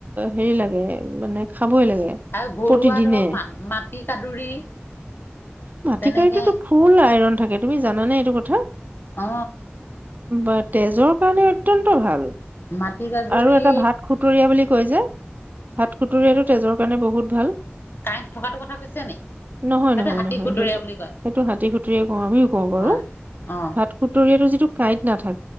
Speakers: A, on the right; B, on the left.
A: হেৰি লাগে, মানে খাবই লাগে।
B: আৰু ঘৰুৱা
A: প্ৰতিদিনে
B: ধৰক মা- মাটি কাদুৰি
A: মাটি
B: তেনেকে
A: কাৰীটোতো ফুল আইৰন থাকে, তুমি জানানে এইটো কথা?
B: অ
A: বা তেজৰ কাৰণে অত্যন্ত ভাল।
B: মাটি কাদুৰি
A: আৰু এটা ভাত খুতুৰীয়া বুলি কয় যে, ভাত খুতুৰীয়াটো তেজৰ কাৰণে বহুত ভাল।
B: কাইট থকাটো কথা কৈছে নি?
A: নহয়
B: সেইটো
A: - নহয়
B: হাতী
A: - নহয়,
B: খুতৰীয়া
A: সেইটো-
B: বুলি কয়
A: সেইটো হাতী খুতুৰিয়া কওঁ, আমিও কওঁ বাৰু।
B: হয় অ
A: ভাত খুতুৰীয়াটো যিটো কাঁইত নাথা